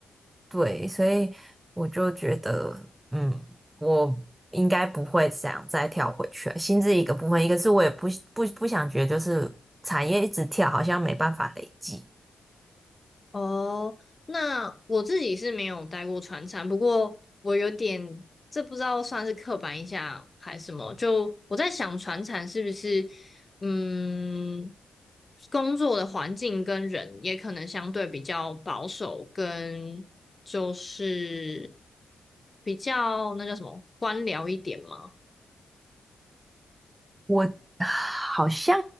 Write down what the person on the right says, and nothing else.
对，所以我就觉得，嗯，我应该不会想再跳回去了。薪资一个部分，一个是我也不不不想觉得就是产业一直跳，好像没办法累积。
我好像